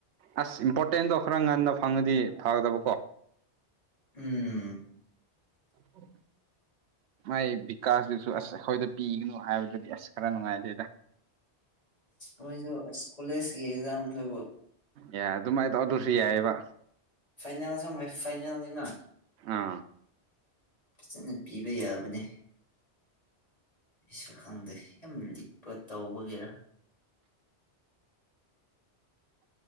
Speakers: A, on the right; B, on the left.
A: ꯑꯁ ꯏꯝꯄꯣꯔꯇꯦꯟꯗꯣ ꯈꯔ ꯉꯟꯅ ꯐꯪꯉꯗꯤ ꯐꯒꯗꯕꯀꯣ
B: ꯎꯝ
A: ꯎꯝ ꯃꯥꯏ ꯕꯤꯀꯥꯁꯇꯁꯨ ꯑꯁ ꯑꯩꯈꯣꯏꯗ ꯄꯤꯒꯅꯨ ꯍꯥꯏꯕꯗꯨꯗꯤ ꯑꯁ ꯈꯔ ꯅꯨꯡꯉꯥꯏꯖꯦꯗ <inaudible>
B: ꯃꯣꯏꯁꯨ ꯀꯣꯂꯦꯖꯀꯤ ꯑꯦꯛꯖꯥꯝ ꯂꯕ
A: ꯌꯥ ꯑꯗꯨꯃꯥꯏꯅ ꯇꯧ ꯑꯗꯨꯁꯨ ꯌꯥꯏꯑꯕ
B: ꯐꯥꯏꯅꯦꯜꯁꯨ ꯐꯥꯏꯅꯦꯜꯅꯤꯅ
A: ꯑꯥ
B: ꯐꯖꯅ ꯄꯤꯕ ꯌꯥꯕꯅꯤ ꯑꯩꯁꯨ ꯈꯪꯗꯦ ꯌꯥꯝ ꯂꯤꯛꯄ ꯇꯧꯕꯒꯤꯦꯔꯥ